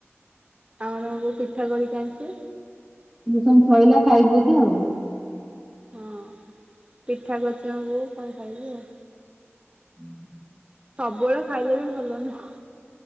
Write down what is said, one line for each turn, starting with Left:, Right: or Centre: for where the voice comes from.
Right: ଆମର ମୋ ବଉ ପିଠା କରିକି ଆଣିଚି।
Centre: ମ ସନ ଶଇଲା ଖାଇବୁ ବୋଧେ ଆଉ।
Right: ହଁ ପିଠାଗଛ ହବୁ କଣ ଖାଇବୁ ଆଉ।
Centre: ହୁଁ।
Right: ସବୁବେଳେ ଖାଇଲେ ବି ଭଲ ନୁହଁ